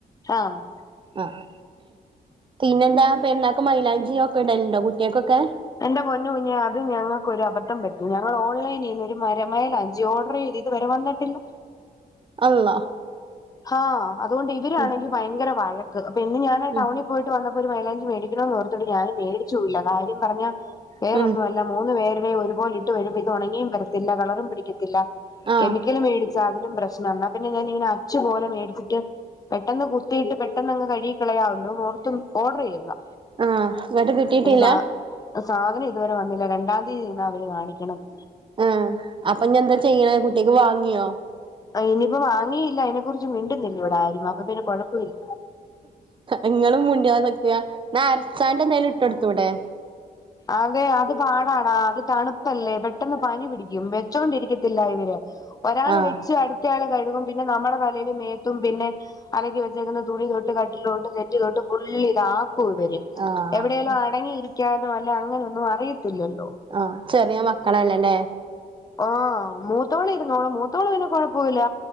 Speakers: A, on the left (about 25°); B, on the right (about 30°).
A: ആഹ്
B: ആഹ് പിന്നെന്താ പെരുന്നാക്ക് മൈലാഞ്ചിയൊക്കെ ഇടേലയിണ്ടോ കുട്ടികള്ക്കൊക്കേ
A: എന്റെ പൊന്നുകുഞ്ഞേ അത് ഞങ്ങൾക്കൊരു അബദ്ധംപറ്റി ഞങ്ങള് ഓൺലൈനീന്ന് ഒരു മൈലാഞ്ചി ഓഡറ് ചെയ്ത് - ഇത് വരെ വന്നിട്ടില്ല
B: അള്ളാ
A: ആഹ് അതുകൊണ്ട് ഇവരാണെങ്കി
B: ഉം
A: ഭയങ്കര വഴക്ക് പിന്നെ ഞാനാ
B: ഉം
A: ടൗണി - പോയിട്ട് വന്നപ്പോ ഒരു മൈലാഞ്ചി മേടിക്കണോന്നോർതിട്ട് ഞാന് മേടിച്ചൂല്ല കാര്യംപറഞ്ഞ- വേറൊന്നുയല്ല
B: ഉം
A: മൂന്ന്പേരുടെയും ഒരുപോലെയിട്ട് വരുമ്പം ഇത് ഒണങ്ങിയുംവരത്തില്ല കളറുംപിടിക്കത്തില്ല
B: ആഹ്
A: കെമിക്കല് മേടിച്ച അതിലും പ്രശ്നവാ എന്നാ പിന്നെ ഞാനിങ്ങനെ അച്ചുപോലെ മേടിച്ചിട്ട്- പെട്ടെന്ന് കുത്തിയിട്ട് പെട്ടെന്നങ്ങ്കഴുകി കളയാമല്ലോ ഓർത്തും ഓഡർ ചെയ്തതാ
B: ആഹ് എന്നിട്ട് കിട്ടീട്ടില്ല
A: പക്ഷെ സാ സാധനം ഇതുവരെ വന്നില്ല രണ്ടാം തീ എന്നാ അതില് കാണിക്കണത്
B: ആഹ് അപ്പൊ ഇഞ്ഞി എന്താ ചെയ്യ്ണേ കുട്ടിക്ക് വാങ്ങിയോ
A: ഇനിയിപ്പം വാങ്ങിയില്ല അയിനെകുറിച്ച് മിണ്ടുന്നില്ല ഇവിടെ ആരും അപ്പൊപിന്നെ കൊഴപ്പയില്ല
B: ഇങ്ങളും മുണ്ടിയാതൊക്കെ വെച്ചു കഴിഞ്ഞാൽ അരച്ചാണ്ടന്തേലും ഇട്ട് കൊടുത്തൂടെ
A: അതെ അത്പാടാടാ അത് തണുപ്പല്ലേ പെട്ടെന്ന് പനിപിടിക്കും വെച്ചൊണ്ടിരിക്കത്തില്ല ഇവര് ഒരാള്
B: ആഹ്
A: വെച്ച് അടുത്ത ആള് കഴുകും പിന്നെ നമ്മടെ തലേല് മേത്തും പിന്നെ- അലക്കിവെച്ചേക്കുന്ന തുണിതൊട്ട് കട്ടിലോട്ട് സെറ്റിതൊട്ട് ഫുള്ളിത് ആക്കും ഇവര്
B: ആഹ്
A: എവിടേലും അടങ്ങിയിരിക്കാനോ അല്ലേ അങ്ങനൊന്നും അറിയത്തില്ലല്ലോ
B: ആഹ് ചെറിയമക്കളല്ലേ ഇല്ലേ
A: ആഹ് മൂത്തോള് ഇരുന്നോളും മൂത്തോള് പിന്നെ കൊഴപ്പയില്ല